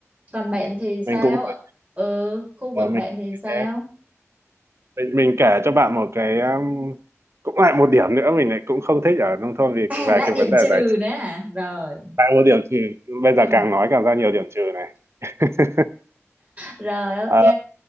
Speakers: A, on the right; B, on the right.
A: còn bạn thì
B: mình
A: sao
B: cũng
A: ạ?
B: thế,
A: ừ khu vực
B: ờ, mình
A: bạn
B: cũng
A: thì
B: như
A: sao
B: thế mình, mình kể cho bạn một cái um, cũng lại một điểm nữa mình lại cũng không thích ở nông thôn vì
A: à
B: về
A: lại
B: cái
A: điểm
B: vấn đề
A: trừ
B: giải
A: nữa à rồi
B: đã có điểm trừ bây
A: ừ.
B: giờ càng nói càng ra nhiều điểm trừ này <laughs>
A: rồi ok
B: Ờ,